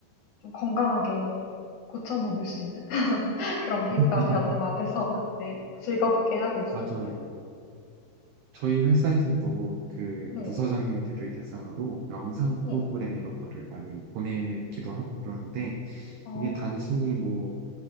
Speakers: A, on the left; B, on the right.
A: 좀 건강하게 고쳐먹을 수 있는 <laughs> 그런 계기가
B: <laughs>
A: 되었던 것 같아서, <laughs> 네, 즐겁게 하고 있습니다.
B: 맞아요. 저희 회사에서도 그
A: 네,
B: 부서장님들을 대상으로 명상
A: 네,
B: 프로그램 이런 거를 많이 보내기도 하고 그러는데
A: 어,
B: 이게 단순히 뭐